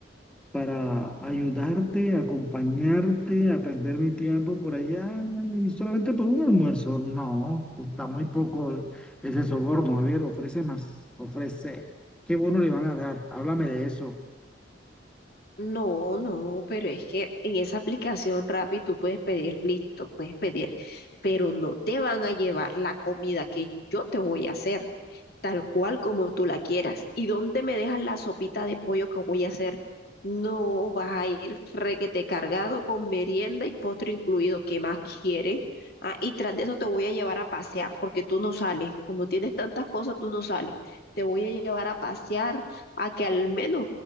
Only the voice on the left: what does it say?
No, no, pero es que en esa aplicación Rappi tú puedes pedir, listo, puedes pedir, pero no te van a llevar la comida que yo te voy a hacer, tal cual como tú la quieras. ¿Y dónde me dejas la sopita de pollo que voy a hacer? No, vas a ir requete cargado con merienda y postre incluido, ¿qué más quieres? Ah, y tras de eso te voy a llevar a pasear, porque tú no sales, como tienes tantas cosas, tú no sales. Te voy a llevar a pasear a que al menos